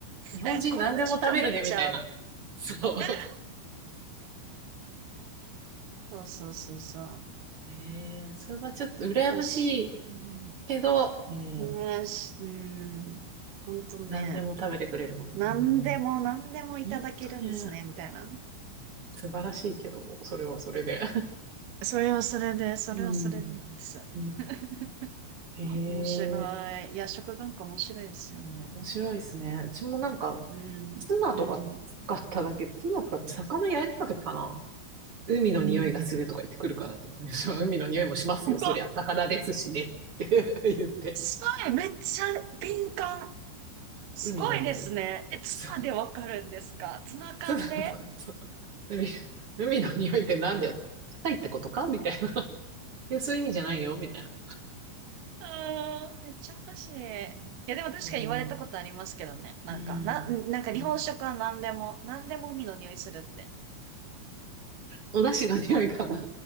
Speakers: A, on the right (about 45°); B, on the right (about 80°).
A: 日本人何でも食べるねみたいな。
B: だからこれはちょっと無理ちゃうみたい
A: そ
B: な。
A: う。
B: そうそうそうそう。
A: ええそれはちょっと羨ましい
B: おかしい。
A: けど、うん、
B: うん、しうんほんとね。
A: 何でも食べてくれるの。
B: 何でも何でもいただけるんですね、
A: うん、本当にね
B: みたいな。
A: 素晴らしいけど、それはそれで。
B: それはそれで、それはそれでなんです。
A: <laughs> うん、うん、
B: <laughs>
A: ええ
B: 面白い。いや、食文化面白いですよね。
A: 面白いですね。うちもなんか、
B: うん、
A: ツナとか使っただけ、
B: うん、
A: ツナ使って魚焼いてた時かな。海の匂いがするとか言ってくるからって言って。
B: うん。
A: <laughs> 海の匂いもしますよ、
B: すごい、
A: そりゃ。魚ですしね。って <laughs> 言って。
B: すごい、めっちゃ敏感。すごいですね。
A: 海の匂い。
B: え、ツナでわかるんですかツナ缶で
A: そう。ツナとか。そう海、海の匂いってなんだよ。臭いってことかみたいな。<laughs> いや、そういう意味じゃないよ、みたいな。
B: あー <laughs> めっちゃおかしい。いや、でも確かに言われたことありますけどね。
A: いやー、
B: なんか、
A: うん。
B: な、なんか日本食は何でも、
A: うん
B: 何でも海の匂いするって。
A: お出汁の匂いかな。